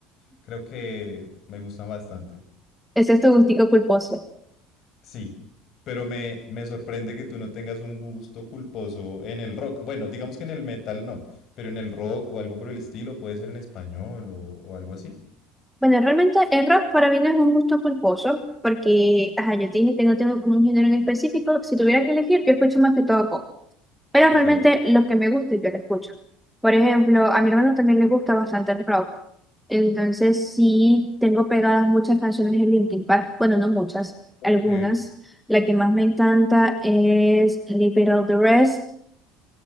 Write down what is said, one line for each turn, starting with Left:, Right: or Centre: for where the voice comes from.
Left: Creo que me gustan bastante.
Centre: Ese es tu gustico culposo.
Left: Sí, pero me, me sorprende que tú no tengas un gusto culposo en el rock. Bueno, digamos que en el metal no, pero en el rock o algo por el estilo, puede ser en español o, o algo así.
Centre: Bueno, realmente el rock para mí no es un gusto culposo porque, ajá, yo te dije que no tengo como un género en específico. Si tuviera que elegir, yo escucho más que todo pop. Pero
Left: Ok,
Centre: realmente lo que me gusta yo lo escucho. Por ejemplo, a mi hermano también le gusta bastante el rock. Entonces sí tengo pegadas muchas canciones de Linkin Park. Bueno, no muchas,
Left: ok,
Centre: algunas. La que más me encanta es Leave It All the Rest.